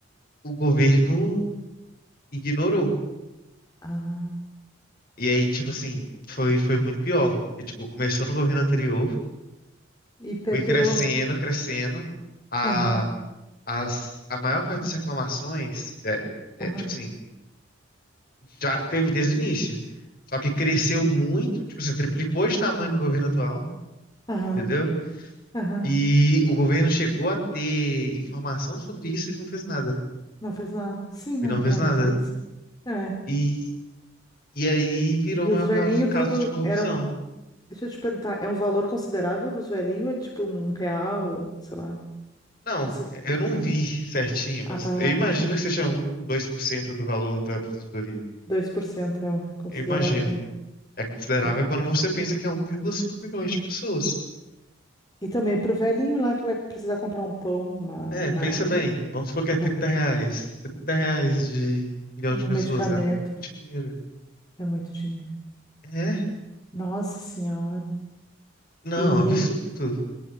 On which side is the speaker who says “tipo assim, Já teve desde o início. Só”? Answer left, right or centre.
Left